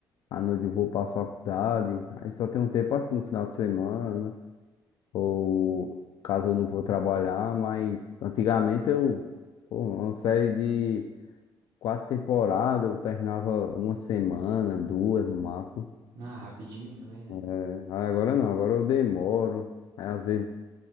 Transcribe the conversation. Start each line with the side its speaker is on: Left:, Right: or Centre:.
Left: à noite eu vou pra faculdade. Aí só tem um tempo assim no final de semana, ou caso eu não vou trabalhar, mas antigamente eu, pô, uma série de quatro temporadas, eu terminava uma semana, duas no máximo.
Right: Ah, rapidinho também, né?
Left: É, aí agora não, agora eu demoro. Aí às vezes